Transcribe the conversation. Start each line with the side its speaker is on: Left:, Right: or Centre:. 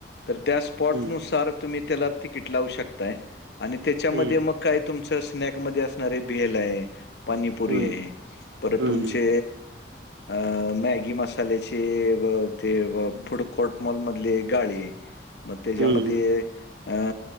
Left: तर त्या स्पॉटनुसार
Right: हम्म
Left: तुम्ही त्याला तिकीट लावू शकताय. आणि त्याच्यामध्ये
Right: हम्म
Left: मग काय तुमचं स्नॅकमध्ये असणारे भेल आहे. पानीपुरी
Right: हम्म
Left: ये परत
Right: हम्म
Left: तुमचे अ मॅगी मसाल्याचे ब ते ब फूड कोर्टमॉल मधले गाळे म
Right: हम्म
Left: मध्ये
Right: हम्म
Left: अ